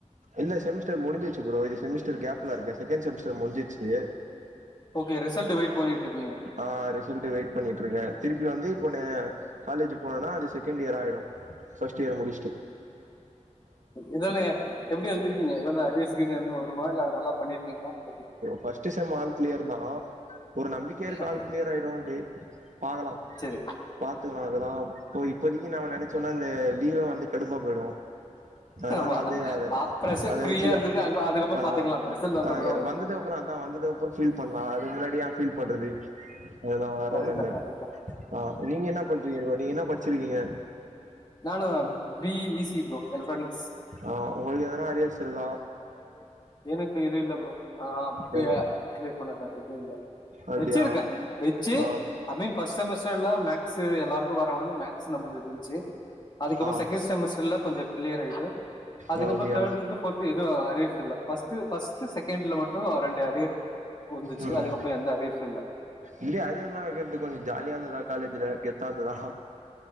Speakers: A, on the right; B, on the left.
A: இல்ல செமிஸ்டர் முடிஞ்சிச்சு ப்ரோ இது செமிஸ்டர் கேப்ல இருக்க செகண்ட் செமிஸ்டர் முடிஞ்சிச்சு
B: ஓகே ரிசல்ட் வெயிட் பண்ணிட்டு இருக்கீங்க.
A: ஆ ரிசல்ட்டுக் வெயிட் பண்ணிட்ருக்கே திருப்பி வந்து இப்போ ந காலேஜ் போனோனா அது செகண்ட் இயர் ஆயிடு ஃபஸ்ட் இயர் முடிச்ட்டு
B: இதலா நீங்க எப்படி எழுதிருக்கிங்க எதனா அரியர்ஸ் கிது எதுனா வருமா இல்ல நல்லா பண்ணிருக்கிங்ளா எப்படி
A: ஃபஸ்ட் செம் ஆல் கிளியர்தா ஒரு நம்பிக்கை இருக்கு
B: ஓகே.
A: ஆல் கிளியர் ஆயிடுவோன்ட்டு பாக்கலா
B: சரி.
A: பாத்து அதெல்லா போய் இப்போதைக்கு நாம நெனை சோனா இந்த லீவே வந்து கடுப்பா போயிடு அதனால
B: ஆமா.
A: வந்து அத
B: அ பிரஷர்
A: அத
B: ஃப்ரீயா
A: வெச்சுக்க
B: இருந்துட்டு அங்க அதுக்கப்புறம்
A: ஆ
B: பாத்துக்கலாம். ரிசல்ட் வந்த
A: ஆ
B: அப்புறம்
A: வந்ததுக்கப்புற அதா வந்ததுக்கப்புற ஃபீல் பண்லா அதுக் முன்னாடி ஏ ஃபீல் பண்றது அதுதா வேற
B: கரெக்ட்
A: ஒன்னு இல்ல
B: தான், கரெக்ட் தான்.
A: ஆ நீங்க என்ன பண்றிங்க ப்ரோ நீங்க என்ன படிச்சிருக்கிங்க
B: நானும் B E E C bro electronic
A: ஆ உங்களுக்கு எதனா அரியர்ஸ் இருக்கா
B: எனக்கு எது இல்ல ப்ரோ நா அப்பய
A: எது
B: க்ளியர் பண்ணதா எது இல்ல
A: அப்டியா
B: வெச்சிருக்கே வெச்சு
A: ஆ
B: ஐ மீன் ஃபஸ்ட் செமஸ்டர்ல மேக்ஸ் எல்லாருக்கு வராவது மேக்ஸ் நம்ளுது இருந்துச்சு அதுக்கப்பற
A: ஆ
B: செகண்ட் செமஸ்டர்ல கொஞ்ச கிளியர் ஆயிட்டு அதுக்கப்புற
A: ஓ அப்டியா
B: தேர்ட்ல இருந்து ஃபோர்த்து எது அரியர்ஸ் இல்ல ஃபஸ்ட் ஃபஸ்ட்டு செகண்ட்ல மட்டு ரெண்டு அரியர் வந்துச்சு.
A: ம்
B: அதுக்கப்புறம் எந்த அரியர்ஸும் இல்ல.
A: இங்யு அரியர்லா வெக்கிறது கொஞ்ச ஜாலியா இருந்ததா காலேஜ்ல கெத்தாருந்துதா